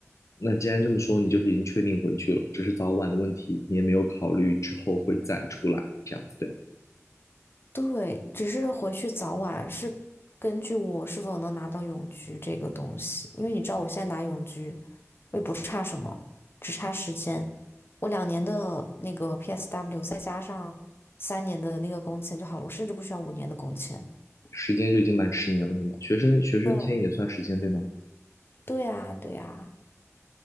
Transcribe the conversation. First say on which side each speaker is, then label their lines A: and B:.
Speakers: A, on the left; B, on the left.
A: 那既然这么说，你就是已经确定回去了，只是早晚的问题，你也没有考虑之后会再出来这样子，对吧？
B: 对，只是回去早晚是根据我是否能拿到永居这个东西，因为你知道我现在拿永居，我也不差什么，只差时间。我两年的那个 PSW 再加上三年的那个工签就好了，我甚至不需要五年的工签。
A: 时间就已经满十年了，对吗？学生学生签也算时间，
B: 对，
A: 对吗？
B: 对呀，对呀，